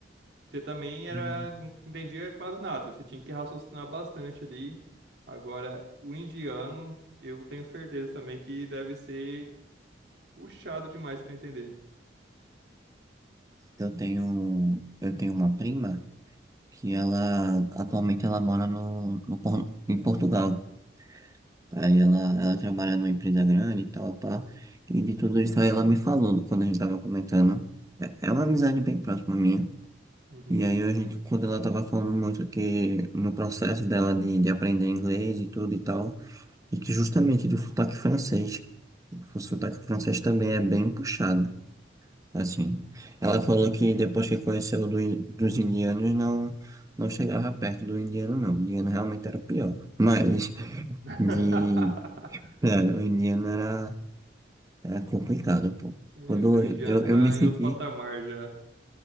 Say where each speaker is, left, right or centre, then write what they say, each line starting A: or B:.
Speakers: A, on the right (about 65°); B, on the right (about 20°).
A: Você também era,
B: Hum.
A: não entendia quase nada. Você tinha que raciocinar bastante ali. Agora, o indiano, eu tenho certeza também que deve ser puxado demais para entender.
B: Eu tenho, eu tenho uma prima que ela atualmente ela mora no, no Por- em Portugal. Aí ela, ela trabalha numa empresa grande e tal, pá. E de tudo isso aí ela me falou quando a gente tava comentando. É é uma amizade bem próxima minha.
A: Uhum.
B: E aí a gente, quando ela tava falando muito que no processo dela de, de aprender inglês e tudo e tal, e que justamente do sotaque francês, o sotaque francês também é bem puxado, assim. Ela falou que depois que conheceu do, dos indianos, não, não chegava perto do indiano, não. O indiano realmente era o pior. Mas,
A: <laughs>
B: de, cara, o indiano era, era complicado, pô.
A: É,
B: Quando
A: o
B: eu,
A: indiano tá
B: eu me
A: em
B: senti
A: outro patamar já.